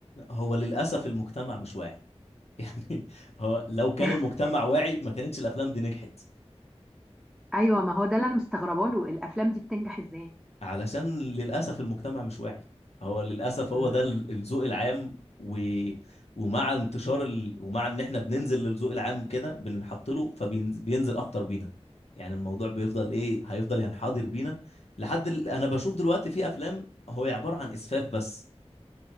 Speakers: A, on the left; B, in the centre.
A: هو للاسف المجتمع مش واعي <laughs> يعني هو لو كان
B: <laughs>
A: المجتمع واعي ما كانتش الافلام دي نجحت
B: أيوة ما هو ده اللي أنا مستغربة له الأفلام دي بتنجح إزاي
A: علشان للأسف المجتمع مش واعي هو للأسف
B: مم.
A: هو ده ال- الذوق العام و... ومع انتشار ال... ومع ان احنا بننزل للذوق العام كده بننحط له فبينزل اكتر بينا يعني الموضوع بيفضل ايه هيفضل ينحدر بينا لحد ال... انا بشوف دلوقتي في افلام هو عبارة عن اسفاف بس